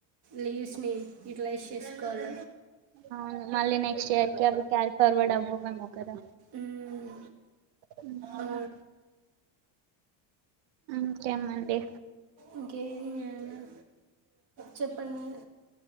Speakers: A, on the right; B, on the right.
A: లీవ్స్ నీ యూటిలైజ్ చేసుకోవాల
B: అవును మళ్ళీ నెక్స్ట్ ఇయర్ కి అవి క్యారీ ఫార్వర్డ్ అవ్వవ్ ఏమో కదా
A: మ్మ్,
B: ఊమ్
A: ఆ,
B: ఇంకేమండి
A: ఇంకేం జెయాల చెప్పండి